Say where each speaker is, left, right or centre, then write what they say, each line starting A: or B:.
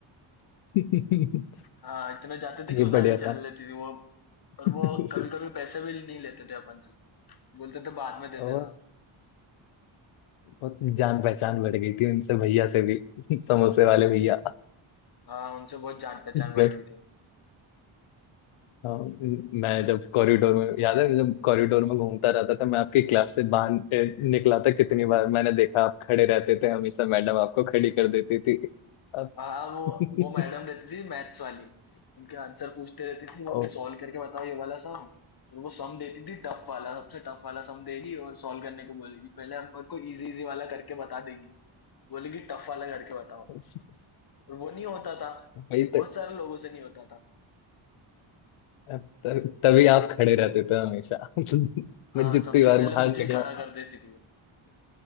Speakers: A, on the left; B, on the left.
A: <laughs>
B: हाँ इतने जाते थे
A: ये
B: कि उधारी
A: बढ़िया
B: चल
A: था
B: लेती थी वो और
A: <laughs>
B: वो कभी कभी पैसे भी नहीं लेते थे अपन से बोलते थे बाद में दे
A: और
B: देना
A: बहुत जान पहचान बढ़ गई थी उनसे भैया से भी <laughs> समोसे वाले भैया
B: हाँ उनसे बहुत जान पहचान बढ़
A: बट
B: गई थी
A: हाँ, मैं जब कॉरिडोर में याद है जब कॉरिडोर में घूमता रहता था मैं आपकी क्लास से बाहर ए, निकला था कितनी बार मैंने देखा आप खड़े रहते थे हमेशा मैडम आपको खड़ी कर देती थी अब-
B: हाँ वो
A: <laughs>
B: वो मैडम रहती थी मैथ्स वाली उनके आंसर पूछते रहती थी वो
A: और
B: कि सॉल्व करके बताओ ये वाला सम और वो सम देती थी टफ वाला सबसे टफ वाला सम देगी और सॉल्व करने को बोलेगी पहले हम पर को इजी इजी वाला करके बता देगी बोलेगी टफ वाला करके बताओ
A: <laughs>
B: और वो नहीं होता था
A: वही
B: बहुत
A: तो
B: सारे लोगों से नहीं होता था
A: तब- तभी आप खड़े रहते थे हमेशा <laughs>
B: हाँ
A: मैं जितनी
B: सबसे
A: बार
B: पहले
A: बाहर
B: मुझे
A: निकला
B: ही खड़ा कर देती थी वो